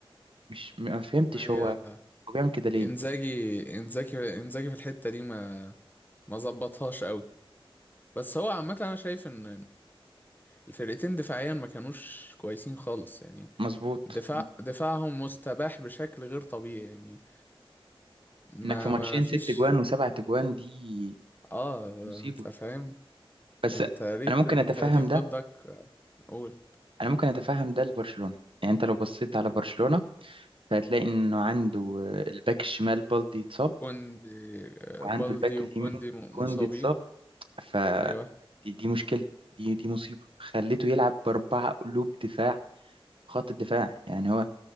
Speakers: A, on the right; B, on the left.
A: مش ما فهمتش
B: ما هي
A: هو هو بيعمل كده ليه
B: انزاجي انزاجي انزاجي في الحتة دي ما ما ظبطهاش قوي بس هو عامة انا شايف ان الفرقتين دفاعيا ما كانوش كويسين خالص يعني
A: مظبوط
B: دفاع دفاعهم مستباح بشكل غير طبيعي يعني ما
A: انك في ماتشين
B: ما فيش
A: ست جوان وسبع تجوان دي
B: اه
A: مصيبه
B: انت فاهم
A: بس
B: انت قريت
A: انا ممكن
B: التهديف
A: اتفهم ده
B: ضدك قول
A: انا ممكن اتفهم ده لبرشلونه يعني انت لو بصيت على برشلونه فهتلاقي انه عنده آه، الباك الشمال بالدي اتصاب
B: كوندي آه،
A: وعنده
B: بالدي
A: الباك اليمين
B: وكوندي م-
A: كوندي
B: مصابين
A: اتصاب ف
B: ايوه
A: دي, دي مشكلة دي دي مصيبة خليته يلعب بأربعة قلوب دفاع خط الدفاع يعني هو